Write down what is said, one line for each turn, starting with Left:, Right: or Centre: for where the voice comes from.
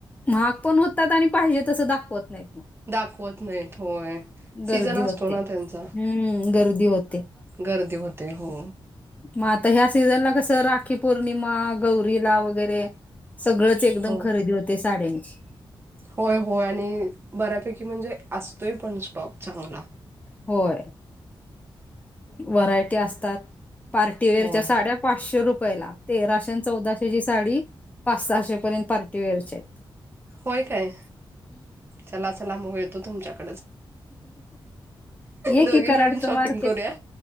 Left: महाग पण होतात आणि पाहिजे तसं दाखवत नाहीत मग,
Right: दाखवत नाही. होय,
Left: गर्दी
Right: सीझन असतो
Left: होते.
Right: ना त्यांचा
Left: हम्म, गर्दी होते.
Right: गर्दी होते. हो,
Left: मग आता ह्या सीझनला कसं राखी पौर्णिमा गौरीला वगैरे सगळं चे एकदम
Right: होय
Left: खरेदी होते साड्यांची.
Right: होय होय, आणि बऱ्यापैकी म्हणजे असतोय पण स्टॉक चांगला.
Left: होय. व्हरायटी असतात. पार्टीवेअरच्या
Right: होय
Left: साड्या पाचशे रुपयाला तेराशे आणि चौदाशेची साडी. पाच - सहाशे पर्यंत पार्टी वेअरचे
Right: होय काय? चला चला मग येतो. तुमच्याकडे
Left: एकी
Right: दोघी
Left: कराडचे
Right: मिळून शॉपिंग
Left: मार्केट
Right: करूया